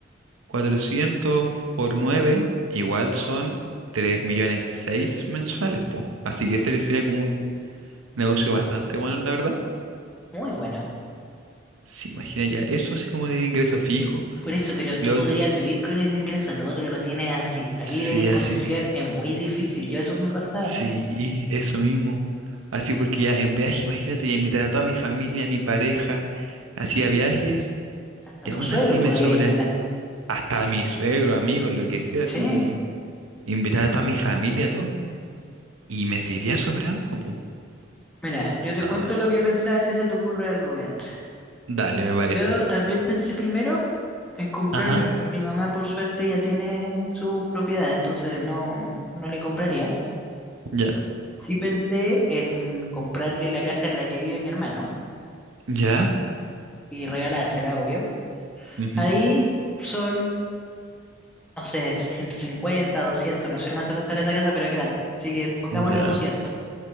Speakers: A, on the right (about 90°); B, in the centre.
A: cuatrocientos por 9 igual son 3 millones 6 mensuales, po. Así que ese le sería como un negocio bastante bueno, la verdad.
B: Muy bueno.
A: Se imagina ya eso así como de ingreso fijo.
B: Por eso, pero
A: Y
B: tú
A: lo
B: podrías
A: otro,
B: vivir con ese ingreso, lo otro lo tienes así, a
A: sí,
B: libre disposición,
A: así.
B: es muy difícil, yo eso me pasaba.
A: Sí, eso mismo. Así porque ya en viaje, imagínate, ya invitar a toda mi familia, a mi pareja, hacía viajes,
B: Hasta
A: y
B: tu
A: aún
B: suegro
A: así me
B: podría
A: sobra
B: ir invitar.
A: hasta a mi suegro, amigos, lo que sea,
B: Sí,
A: así, invitar a toda mi familia, todo, y me seguiría sobrando, pu.
B: mira, yo te cuento
A: No,
B: lo
A: sí.
B: que pensaba y se te ocurre algo mientras.
A: Dale, me parece.
B: Yo también pensé primero en comprar,
A: Ajá,
B: eh, mi mamá por suerte ya tiene sus propiedades, entonces no, no le compraría.
A: ya.
B: Sí pensé en comprarle la casa en la que vive mi hermano
A: Ya,
B: y regalársela, obvio.
A: ujú,
B: Ahí son, no sé, 150, 200, no sé cuánto costará esa casa, pero es grande, así que pongámosle
A: ya,
B: 200.